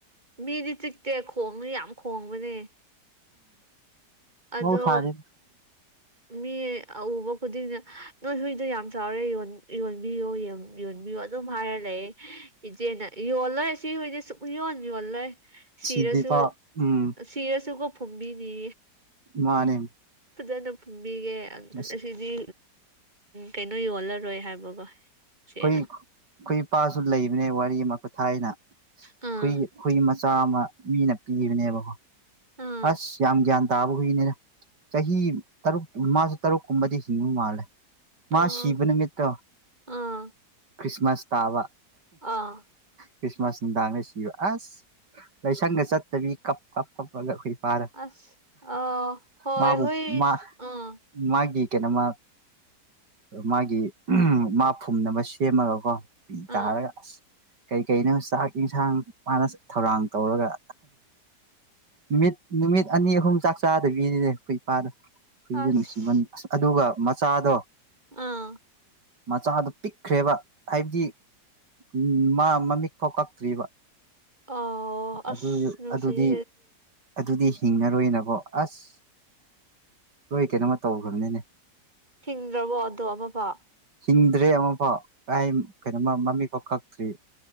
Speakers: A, on the right (about 25°); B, on the right (about 70°).
A: ꯃꯤꯗꯤ ꯆꯤꯛꯇꯦ ꯈꯣꯡꯅꯤ ꯌꯥꯝ ꯈꯣꯡꯕꯅꯦ ꯑꯗꯣ
B: ꯑ ꯧ ꯁꯔꯤꯝ
A: ꯃꯤ ꯑꯎꯕ ꯈꯨꯗꯤꯡꯅ ꯅꯣꯏ ꯍꯨꯏꯗ ꯌꯥꯝ ꯆꯥꯎꯔꯦ ꯌꯣꯟꯕꯤꯌꯣ ꯌꯣꯟꯕꯤꯌꯨ ꯑꯗꯨꯝ ꯍꯥꯏꯔ ꯂꯩꯦ ꯏꯆꯦꯅ ꯌꯣꯜꯂꯣꯏ ꯁꯤ ꯍꯣꯏꯗꯤ ꯁꯨꯡꯛ ꯌꯣꯟ ꯌꯣꯜꯂꯣꯏ ꯁꯤꯔꯁꯨ
B: ꯁꯤꯗ꯭ꯔꯤꯐꯥꯎ ꯎꯝ
A: ꯁꯤꯔꯁꯨꯀꯣ ꯐꯨꯝꯕꯤꯅꯤ
B: ꯃꯥꯅꯦ
A: ꯐꯖꯅ ꯐꯨꯝꯕꯤꯒꯦ
B: ꯑꯁ
A: ꯑꯁꯤꯗꯤ ꯀꯩꯅꯣ ꯌꯣꯜꯂꯔꯣꯏ ꯍꯥꯏꯕꯀꯣ ꯏꯆꯦꯅ
B: ꯍꯈ ꯑꯩꯈꯣꯏ ꯏꯄꯥꯁꯨ ꯂꯩꯕꯅꯦ ꯋꯥꯔꯤ ꯑꯃ ꯈꯨꯊꯥꯏꯅ
A: ꯑꯥ
B: ꯍꯨꯏ ꯍꯨꯏ ꯆꯥꯃ ꯃꯤꯅ ꯄꯤꯕꯅꯦꯕꯀꯣ
A: ꯑꯥ
B: ꯑꯁ ꯌꯥꯝ ꯒ꯭ꯌꯥꯟ ꯇꯥꯕ ꯍꯨꯏꯅꯤꯅ ꯆꯍꯤ ꯇꯔꯨꯛ ꯃꯥꯁꯨ ꯇꯔꯨꯛꯀꯨꯝꯕꯗꯤ ꯍꯤꯡꯕ ꯃꯥꯜꯂꯦ ꯃꯥ
A: ꯑꯥ
B: ꯁꯤꯕ ꯅꯨꯃꯤꯠꯇꯣ
A: ꯑꯥ
B: ꯈ꯭ꯔꯤꯁꯃꯥꯁ ꯇꯥꯕ
A: ꯑꯥ
B: ꯈ꯭ꯔꯤꯁꯃꯥꯁ ꯅꯨꯡꯗꯥꯡꯒ ꯁꯤꯕ ꯑꯁ ꯂꯥꯏꯁꯪꯒ ꯆꯠꯇꯕꯤ ꯀꯞ ꯀꯞ ꯀꯞꯂꯒꯨꯏ ꯐꯔ
A: ꯑꯁ ꯑꯥ ꯍꯣꯏ
B: ꯃꯥꯕꯨ
A: ꯍꯨꯏ
B: ꯃꯥ
A: ꯑꯥ
B: ꯃꯥꯒꯤ ꯀꯩꯅꯣꯝꯃ ꯃꯥꯒꯤ ꯃꯥ ꯐꯨꯝꯅꯕ ꯁꯦꯝꯃꯒꯀꯣ ꯄꯇꯥꯔ
A: ꯑꯥ
B: ꯀꯔꯤ ꯀꯩꯅꯣ ꯆꯥꯛ ꯌꯦꯟꯁꯥꯡ ꯃꯥꯅ ꯊꯧꯔꯥꯡ ꯇꯧꯔꯒ ꯅꯨꯃꯤꯠ ꯅꯨꯃꯤꯠ ꯑꯅꯤ ꯑꯍꯨꯝ ꯆꯥꯛ ꯆꯥꯗꯕꯤꯔꯤꯅꯦ ꯑꯩꯈꯣꯏ ꯏꯄꯥꯗꯣ ꯑꯩꯈꯏꯗ
A: ꯑꯁ
B: ꯅꯨꯡꯁꯤꯕꯟ ꯑꯁ ꯑꯗꯨꯒ ꯃꯆꯥꯗꯣ
A: ꯑꯥ
B: ꯃꯆꯥꯗꯨꯣ ꯄꯤꯛꯈ꯭ꯔꯦꯕ ꯍꯥꯏꯕꯗꯤ ꯎꯝ ꯃꯥ ꯃꯃꯤꯠ ꯐꯥꯎ ꯀꯛꯇ꯭ꯔꯤꯕ
A: ꯑꯣ ꯑꯁ
B: ꯑꯗꯨ
A: ꯅꯨꯡꯁꯤꯍꯦ
B: ꯑꯗꯨꯗꯤ ꯑꯗꯨꯗꯤ ꯍꯤꯡꯉꯔꯣꯏꯅꯦꯕꯣ ꯑꯁ ꯂꯣꯏ ꯀꯩꯅꯣꯃ ꯇꯧꯈ꯭ꯔꯕꯅꯤꯅꯦ
A: ꯊꯤꯡꯗ꯭ꯔꯕꯣ ꯑꯗꯣ ꯑꯃ ꯄꯥꯎ
B: ꯍꯤꯡꯗ꯭ꯔꯦ ꯑꯃꯐꯥꯎ ꯀꯥꯏ ꯀꯩꯅꯣ ꯃꯃꯤ ꯐꯥꯎ ꯈꯛꯇ꯭ꯔꯤ